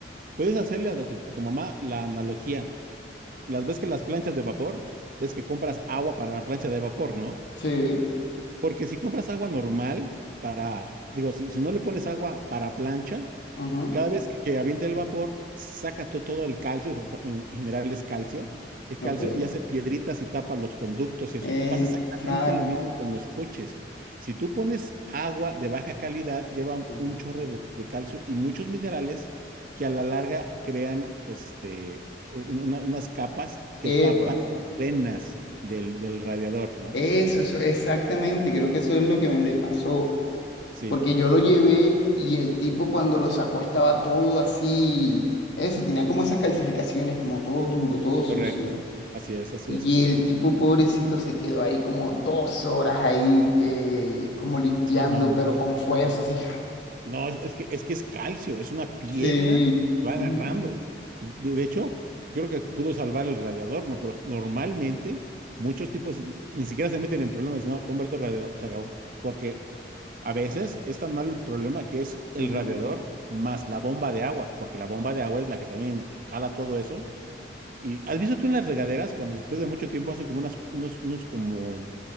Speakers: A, on the right (about 50°); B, on the left (about 75°).
A: Puedes hacerle a tu, a tu mamá la analogía. Las ves que las planchas de vapor, ves que compras agua para la plancha de vapor, ¿no?
B: Sí.
A: Porque si compras agua normal para, digo, si, si no le pones agua para plancha,
B: ujú,
A: cada vez que, que avienta el vapor, saca to- todo el calcio, fa- en general es calcio, el
B: Ok.
A: calcio y hace piedritas y tapa los conductos y eso.
B: En-
A: Pasa exactamente
B: Exacto.
A: lo mismo con los coches. Si tú pones agua de baja calidad, lleva un
B: ujú.
A: un chorro de, de calcio y muchos minerales que a la larga crean este, un- una- unas capas que
B: Epa,
A: tapan las venas del, del radiador, ¿no?
B: eso, eso, exactamente, creo que eso es lo que me le pasó.
A: Sí,
B: Porque yo lo llevé y el tipo cuando lo sacó estaba todo así, eso, tenía como esas calcificaciones, como todo duro, todo sucio.
A: correcto. Así es, así
B: Y
A: es, así
B: el
A: es.
B: tipo pobrecito se quedó ahí como dos horas ahí, eh, como limpiando,
A: Sí, no, no,
B: pero con fuerza, así.
A: No, es, es que, es que es calcio, es una piedra
B: Sí.
A: que te va
B: Ujú,
A: agarrando. De, de hecho, creo que pudo salvar el radiador, ¿no? Pero normalmente muchos tipos ni siquiera se meten en problemas, dicen, no, convierto el radiador, se acabó. Porque a veces es tan malo el problema que es el
B: ujú.
A: radiador más la bomba de agua, porque la bomba de agua es la que también jala todo eso. Y has visto tú en las regaderas cuando después de mucho tiempo hace como unas, unos, unos como,